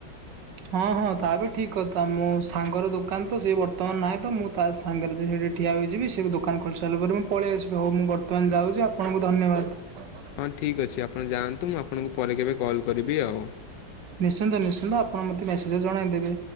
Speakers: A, on the right; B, on the left.
A: ହଁ ହଁ ତା ବି ଠିକ କଥା, ମୋ ସାଙ୍ଗର ଦୋକାନ ତ ସିଏ ବର୍ତ୍ତମାନ ନାହିଁ ତ ମୁଁ ତାସ ସାଙ୍ଗରେ ଯାଇ ସେଇଠି ଠିଆ ହୋଇଯିବି, ସେ ସାଙ୍ଗେ ରେ ଜାଇ ହେଠି ଠିଆ ହୋଇଯିବି ସେ ଦୋକାନ ଖୋଲି ସାରିଲା ପରେ ମୁଁ ପଳେଇ ଆସିବି। ହଉ ମୁଁ ବର୍ତ୍ତମାନ ଯାଉଛି, ଆପଣଙ୍କୁ ଧନ୍ୟବାଦ।
B: ହଁ ଠିକ୍ ଅଛି ଆପଣ ଯାଆନ୍ତୁ ମୁଁ ଆପଣଙ୍କୁ ପରେ କେବେ କଲ୍ କରିବି ଆଉ।
A: ନିଶ୍ଚିନ୍ତ ନିଶ୍ଚିନ୍ତ, ଆପଣ ମୋତେ ମେସେଜେ ରେ ଜଣାଇ ଦେବେ।